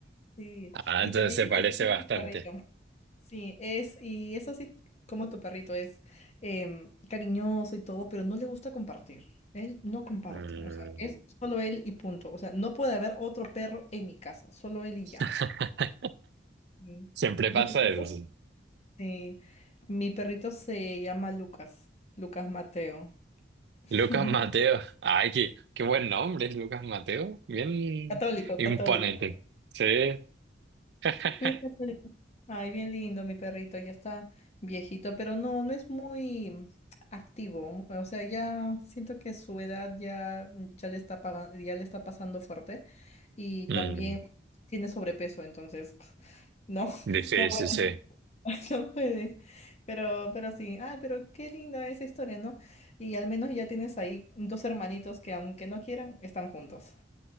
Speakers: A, on the left (about 35°); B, on the right (about 60°).
A: Sí,
B: Ah,
A: y
B: entonces
A: también
B: se
A: es
B: parece
A: así como
B: bastante.
A: su carrillo. Sí, es, y es así como tu perrito es em, cariñoso y todo, pero no le gusta compartir. Él no comparte,
B: Mm.
A: o sea, es solo él y punto. O sea, no puede haber otro perro en mi casa, solo él y
B: <laughs>
A: ya. Sí.
B: Siempre pasa
A: Mi perrito,
B: eso. sí.
A: sí, mi perrito se llama Lucas, Lucas Mateo. <laughs>
B: Lucas Mateo. Ay, qué, qué buen nombre, Lucas Mateo. Bien
A: Católico,
B: imponente.
A: católico.
B: Sí. <laughs>
A: Bien cachorrito. Ay, bien lindo, mi perrito, ya está viejito, pero no, no es muy activo. O sea, ya siento que su edad ya, ya le está paga- ya le está pasando fuerte y
B: Mm,
A: también tiene sobrepeso, entonces <laughs> no,
B: sí,
A: no puede,
B: sí, sí.
A: <laughs> no puede. Pero, pero sí, ay, pero qué linda esa historia, ¿no? Y al menos ya tienes ahí dos hermanitos que aunque no quieran, están juntos.